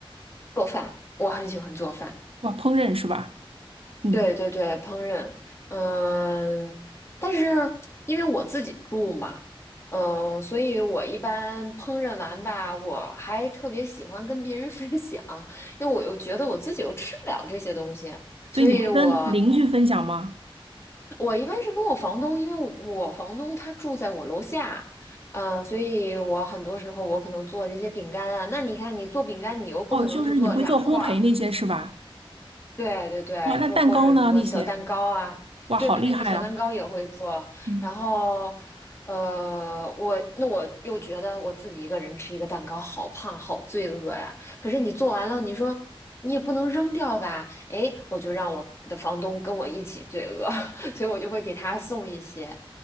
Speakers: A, on the left; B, on the right.
A: 做饭，我很喜欢做饭。
B: 哇，烹饪是吧？嗯，
A: 对对对，烹饪。嗯，但是因为我自己住嘛，嗯，所以我一般烹饪完吧，我还特别喜欢跟别人 <laughs> 分享，因为我又觉得我自己又吃不了这些东西，
B: 所以你会跟邻居分享吗？
A: 所以我我一般是跟我房东，因为我我房东他住在我楼下，呃，所以我很多时候我可能做的一些饼干啊，那你看你做饼干，你又不可能就做两块儿，
B: 哦，就是你会做烘焙那些是吧？
A: 对对对，
B: 哇，那蛋糕呢？
A: 就或者什么小蛋糕啊，
B: 那些，哇，
A: 对，
B: 好厉害啊！
A: 小蛋糕也会做。
B: 嗯。
A: 然后，呃，我那我又觉得我自己一个人吃一个蛋糕好胖，好罪恶呀。可是你做完了，你说你也不能扔掉吧？哎，我就让我的房东跟我一起罪恶，<laughs> 所以我就会给他送一些